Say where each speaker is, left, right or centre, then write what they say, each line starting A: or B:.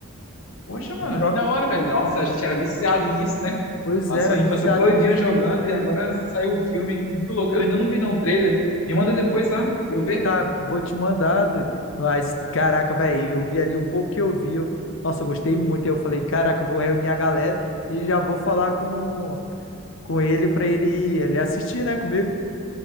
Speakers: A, on the left (about 75°); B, on the left (about 60°).
A: Poxa, mano,
B: Jo-
A: que da hora, velho. Nossa, a gente era viciado nisso, né?
B: Pois
A: Passou
B: era,
A: a
B: viciado
A: infância todinha jogando e agora saiu o filme. Muito louco. Eu ainda não vi, não, o trailer. Me manda depois lá pra eu ver.
B: Tá, vou te mandar, doido. Mas, caraca, velho, eu vi ali um pouco que eu vi. eu- Nossa, eu gostei muito. Aí eu falei, caraca, eu vou reunir a galera e já vou falar com, com ele pra ele, ele assistir, né, comigo.